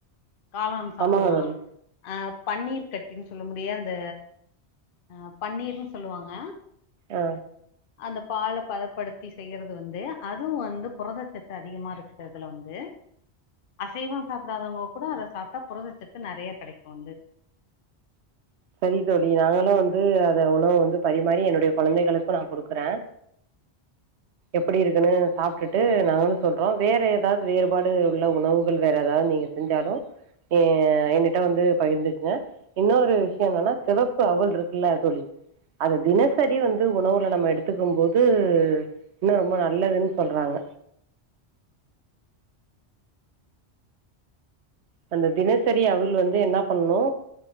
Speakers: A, on the left; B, on the right.
A: காளான் சாப்லா
B: ஆமாங்க தோழி
A: அப் பன்னீர் கட்டின்னு சொல்ல முடிய இந்த அ பன்னீர்ன்னு சொல்லுவாங்க
B: ஓ
A: அந்த பால பதப்படுத்தி செய்யறது வந்து அதுவு வந்து புரதச்சத்து அதிகமா இருக்கதுல வந்து அசைவம் சாப்டாதவங்க கூட அத சாப்ட்டா புரதச்சத்து நெறையா கெடைக்கு வந்து
B: சரி தோழி நாங்களு வந்து அத உணவு வந்து பரிமாறி என்னுடைய கொழந்தைகளுக்கு நா குடுக்குற எப்டி இருக்குன்னு சாப்டுட்டு நாங்களு சொல்றோ வேற ஏதாவுது வேறுபாடு உள்ள உணவுகள் வேற ஏதாவுது நீங்க செஞ்சாலு எ என்னிட்ட வந்து பகிர்ந்துக்குங்க இன்னொரு என்னன்னா சிவப்பு அவுல் இருக்குல்ல தோழி அது தினசரி வந்து உணவுல நம்ம எடுத்துக்கும் போது இன்னு ரொம்ப நல்லதுனு சொல்றாங்க அந்த தினசரி அவுல் வந்து என்ன பண்ணு